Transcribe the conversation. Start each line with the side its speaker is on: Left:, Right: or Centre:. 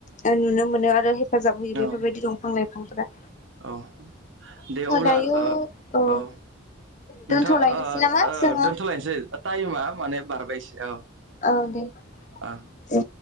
Left: ओ नुनो मोनो आरो हेफाजाब होयो बेफोरबायदि
Right: औ
Left: दंफां लाइफां ओमफ्राय
Right: औ दे अब्ला
Left: दायो
Right: ओ
Left: ओ
Right: औ
Left: दोनथ'लायनोसै
Right: नोंथाङा ओ
Left: नामा
Right: ओ
Left: जोङो
Right: दोन्थ'लायनोसै टाइमा माने बारबाय
Left: औ दे
Right: ओ
Left: दे